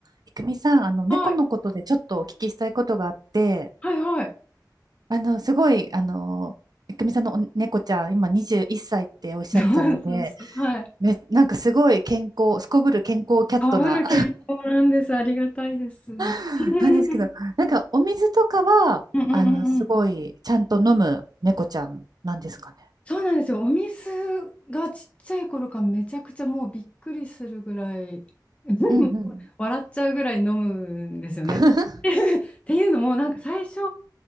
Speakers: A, on the right (about 60°); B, on the left (about 15°).
A: いくみさん、あの、猫のことでちょっとお聞きしたいことがあって、
B: はい、はいはい。
A: あの、すごい、あの、いくみさんのお猫ちゃん、今21歳っさいっておっしゃってたので、
B: <laughs> そうそう、はい。
A: め、なんかすごい健康、すこぶる健康キャットな、
B: かぶる健康なんです。ありがたいです。<laughs> うんうん
A: <laughs> なんですけど、なんかお水とかは、
B: うんうん。
A: あの、すごい、ちゃんと飲む猫ちゃんなんですかね。
B: そうなんですよ。お水がちっちゃい頃からめちゃくちゃもうびっくりするぐらい <laughs>、
A: うんうん。
B: 笑っちゃうぐらい飲むんですよね。
A: <laughs>
B: っていうのも、なんか最初、